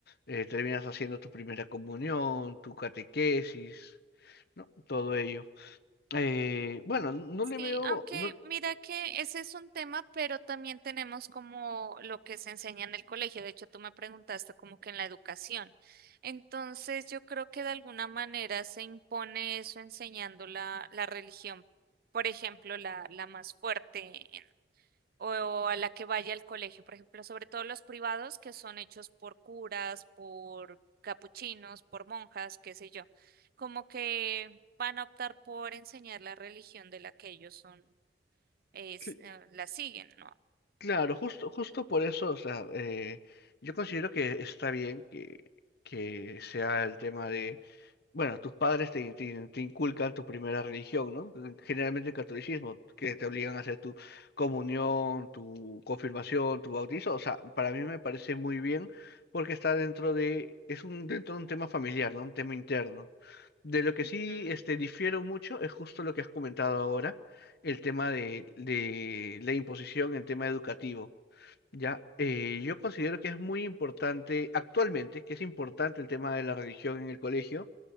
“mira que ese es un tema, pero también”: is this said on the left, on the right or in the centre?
Right